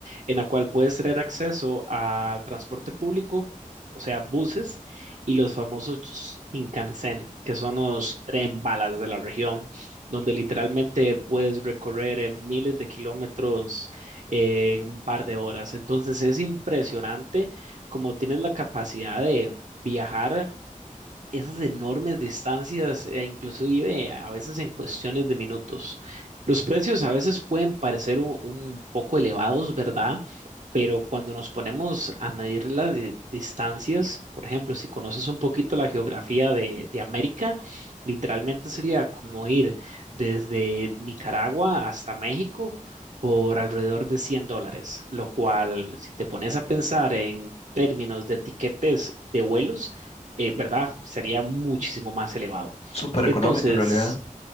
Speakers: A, on the right; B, on the left.
A: en la cual puedes tener acceso al transporte público, o sea, buses y los famosos Shinkansen, que son los tren balas de la región, donde literalmente puedes recorrer eh, miles de kilómetros eh, en un par de horas. Entonces, es impresionante como tienes la capacidad de viajar esas enormes distancias, e inclusive a veces en cuestiones de minutos. Los precios a veces pueden parecer un, un poco elevados, ¿verdad? Pero cuando nos ponemos a medir las di- distancias, por ejemplo, si conoces un poquito la geografía de, de América, literalmente sería como ir desde Nicaragua hasta México por alrededor de 100 dólares, lo cual, si te pones a pensar en términos de tiquetes de vuelos, eh, ¿verdad? Sería muchísimo más elevado.
B: Súper económico
A: Entonces,
B: en realidad.